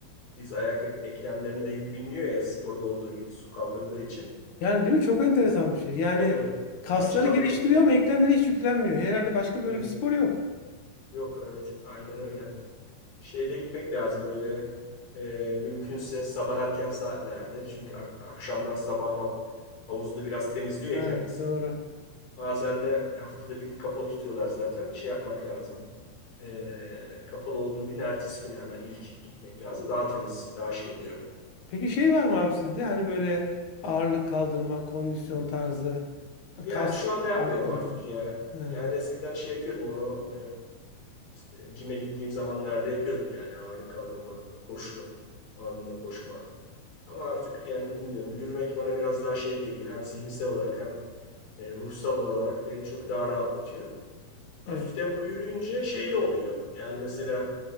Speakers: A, on the left (about 75°); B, on the left (about 60°).
A: diz ayak ek- eklemlerine de yük binmiyor ya sporda olduğu gibi su kaldırdığı için.
B: Yani değil mi? Çok
A: E,
B: enteresan bir şey. Yani
A: tabii
B: kasları
A: o açıdan
B: geliştiriyor
A: da çok iyi.
B: ama eklemlere hiç yüklenmiyor. Herhalde başka
A: Evet.
B: böyle bir spor yok.
A: Yok evet aynen öyle. Şeyde gitmek lazım böyle e, mümkünse sabah erken saatlerde. Çünkü ak- akşamdan sabah hav- havuzda biraz temizliyor
B: Ha,
A: ya kendisini.
B: doğru.
A: Bazen de haftada bir gün kapalı tutuyorlar zaten. Şey yapmak lazım. Ee, kapalı olduğu gün ertesi günü hemen ilk gitmek lazım. Daha temiz, daha şey oluyor.
B: Peki şey var mı abi sizde? Hani böyle ağırlık kaldırma, kondisyon tarzı, hani
A: Yani
B: kas
A: şu anda yapmıyorum
B: arttırıcı.
A: artık ya.
B: Ha,
A: Yani eskiden şey yapıyordum onu e, cime gittiğim zamanlarda yapıyordum yani ağırlık kaldırma, koşu bandında koşma. Ama artık yani bilmiyorum yürümek bana biraz daha şey geliyor. Hem zihinsel olarak hem e, ruhsal olarak beni çok daha rahatlatıyor. Hafif
B: evet,
A: tempo yürüyünce şey de oluyor. Yani mesela